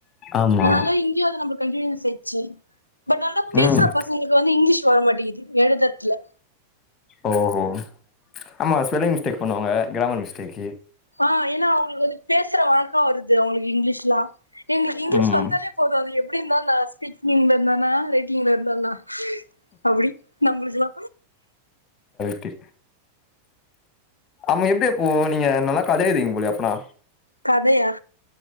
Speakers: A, on the left (about 25°); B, on the left (about 85°).
A: ஆமா
B: அதனால இங்கேயே வந்து நம்மளுக்கு கண்டி யூனியஸ் ஆச்சு பட் நல்லா பேசுற
A: ம்
B: பசங்களுக்கு வந்து இங்கிலீஷ் வர மாட்டிங்குது எழுத கத்தல <unintelligible>
A: ஓ ஓ ஆமா ஸ்பெல்லிங் மிஸ்டேக் பண்ணுவாங்க கிராமர் மிஸ்டேக்கு
B: ஆ ஏன்னா அவங்களுக்கு வந்து பேசுற வழக்க வருது அவங்களுக் இங்கிலீஷ்லா எங்க இங்கிலீஷ்
A: ம்
B: வந்தாலே போது அது எப் அப்படி இருந்தானா ஸ்பீக்கிங்ல இருந்தானா ரைட்டிங்ல இருந்தானண்ணா அப்படி நம்பளுகெல்லா
A: டு ஆமா எப்படி எப்போ நீங்க நல்லா கத எழுதுவீங்க போலயே அப்பனா
B: கதையா